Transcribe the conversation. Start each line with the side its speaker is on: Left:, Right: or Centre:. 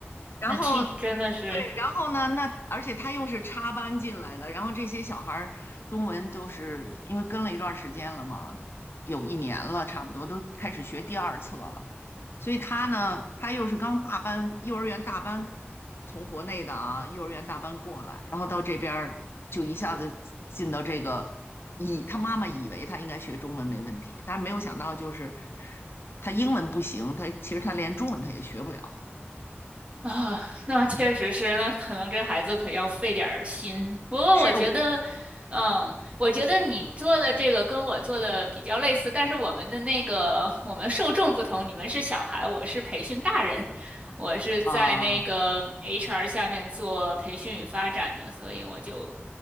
Left: 然后
Right: 那听真的是。
Left: 对，然后呢，那而且他又是插班进来的，然后这些小孩儿中文就是因为跟了一段时间了嘛，有一年了，差不多都开始学第二册了。所以他呢，他又是刚大班，幼儿园大班从国内的啊，幼儿园大班过来，然后到这边儿就一下子进到这个，以他妈妈以为他应该学中文没问题，但是没有想到就是他英文不行，他其实他连中文他也学不了，
Right: 啊，那确实是，那可能这孩子可要费点儿心。不过我觉得，
Left: 是
Right: 嗯，我觉得你做的这个跟我做的比较类似，但是我们的那个我们受众不同，你们是小孩，我是培训大人，我是在那个
Left: 啊。
Right: HR 下面做培训与发展的，所以我就